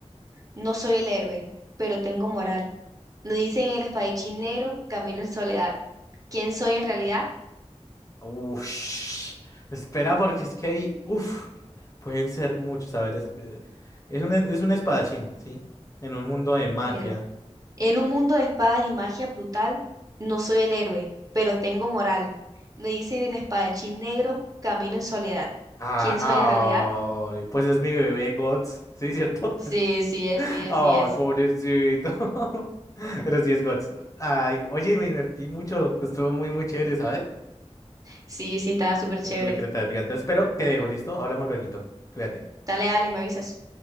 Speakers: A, on the right; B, on the left.
A: no soy el héroe, pero tengo moral. Me dicen el espadachín negro, camino en soledad. ¿Quién soy en realidad?
B: Uff, espera, porque es que hay, uff, pueden ser muchos. A ver, es, eh, es un, es es un espadachín, ¿sí? En un mundo de magia.
A: Mira. En un mundo de espadas y magia brutal, no soy el héroe, pero tengo moral. Me dicen el espadachín negro, camino en soledad.
B: Ah,
A: ¿Quién soy en realidad?
B: ay, pues es mi bebé Guts, ¿sí, cierto?
A: Sí,
B: <laughs>
A: sí es, sí es,
B: Ay,
A: sí es.
B: pobrecito. <laughs> Pero sí es Guts. Ay, oye, me divertí mucho, estuvo muy, muy chévere, ¿sabes?
A: Sí, sí, estaba súper
B: Es
A: chévere.
B: muy creativa. Entonces, pero te dejo, ¿listo? Hablamos lueguito. Cuídate.
A: Dale, dale, me avisas.